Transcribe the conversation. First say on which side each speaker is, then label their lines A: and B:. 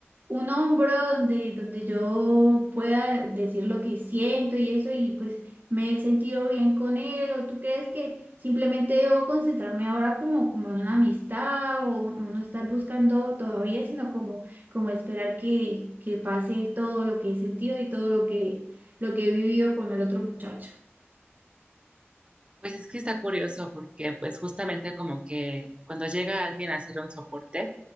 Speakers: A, on the right (about 45°); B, on the right (about 25°).
A: un hombro donde, donde yo pueda decir lo que siento y eso, y pues me he sentido bien con él, o tú crees que simplemente debo concentrarme ahora como, como en una amistad o, o no estar buscando todavía, sino como, como esperar que, que pase todo lo que he sentido y todo lo que, lo que he vivido con el otro muchacho.
B: Pues es que está curioso porque pues justamente como que cuando llega alguien a hacer un soporte,